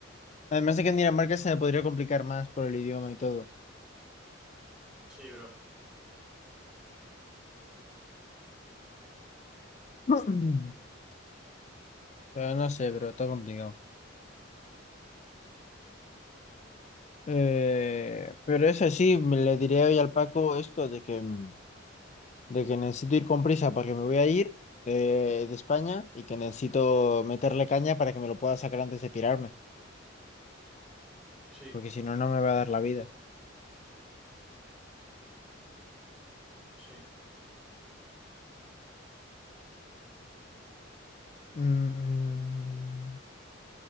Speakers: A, on the left; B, in the centre.
A: Además de que en Dinamarca se me podría complicar más por el idioma y todo.
B: Sí, bro.
A: <clears throat> Pero no sé, pero está complicado. Eh, pero eso sí, me le diré hoy al Paco esto de que, mm, de que necesito ir con prisa porque me voy a ir de, de España y que necesito meterle caña para que me lo pueda sacar antes de pirarme,
B: Sí,
A: porque si no, no me va a dar la vida.
B: sí.
A: Mm,